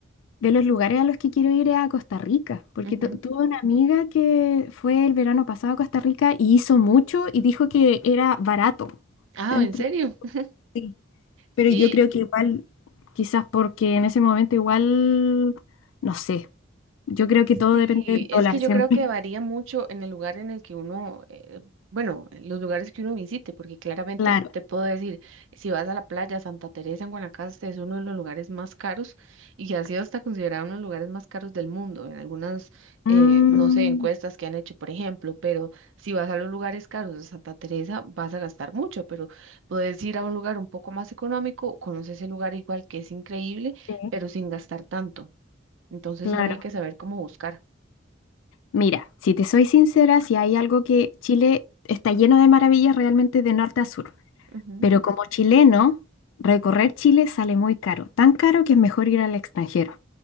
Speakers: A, on the left; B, on the right.
A: De los lugares a los que quiero ir es a Costa Rica, porque
B: Ujú.
A: tu- tuve una amiga que fue el verano pasado a Costa Rica y hizo mucho y dijo que era barato.
B: Ah,
A: Entonces,
B: ¿en serio? <laughs>
A: sí, pero
B: Sí,
A: yo creo que igual, quizás porque en ese momento igual, no sé, yo creo que todo
B: Sí,
A: depende del
B: es
A: dólar
B: que
A: siempre.
B: yo creo que varía mucho en el lugar en el que uno, eh, bueno, en los lugares que uno visite, porque claramente
A: Claro.
B: te puedo decir, si vas a la playa Santa Teresa en Guanacaste es uno de los lugares más caros y ha sido hasta considerado uno de los lugares más caros del mundo en algunas, eh,
A: Mm,
B: no sé, encuestas que han hecho, por ejemplo, pero si vas a los lugares caros de Santa Teresa vas a gastar mucho, pero puedes ir a un lugar un poco más económico, conoces el lugar igual que es increíble,
A: sí,
B: pero sin gastar tanto. Entonces
A: claro.
B: solo hay que saber cómo buscar.
A: Mira, si te soy sincera, si hay algo que Chile está lleno de maravillas realmente de norte a sur.
B: Ujú.
A: Pero como chileno, recorrer Chile sale muy caro, tan caro que es mejor ir al extranjero.